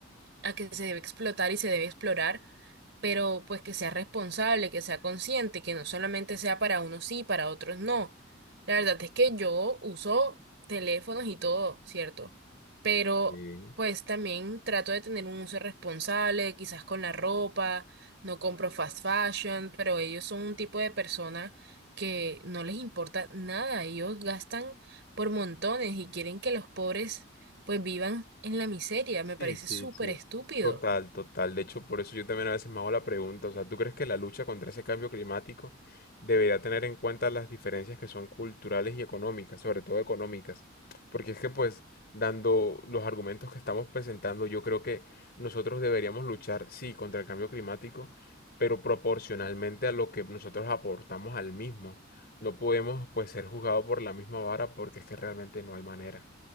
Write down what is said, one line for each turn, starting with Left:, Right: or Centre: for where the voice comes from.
Right: a que se debe explotar y se debe explorar, pero pues que sea responsable, que sea consciente, que no solamente sea para unos sí, para otros no. La verdad es que yo uso teléfonos y todo, ¿cierto? Pero
Left: Sí.
Right: pues también trato de tener un uso responsable, quizás con la ropa, no compro fast fashion, pero ellos son un tipo de persona que no les importa nada, ellos gastan por montones y quieren que los pobres pues vivan en la miseria. Me
Left: Sí,
Right: parece
Left: sí,
Right: súper
Left: sí.
Right: estúpido.
Left: Total, total. De hecho, por eso yo también a veces me hago la pregunta, o sea, ¿tú crees que la lucha contra ese cambio climático debería tener en cuenta las diferencias que son culturales y económicas, sobre todo económicas? Porque es que pues, dando los argumentos que estamos presentando, yo creo que nosotros deberíamos luchar, sí, contra el cambio climático, pero proporcionalmente a lo que nosotros aportamos al mismo. No podemos pues ser juzgados por la misma vara porque es que realmente no hay manera.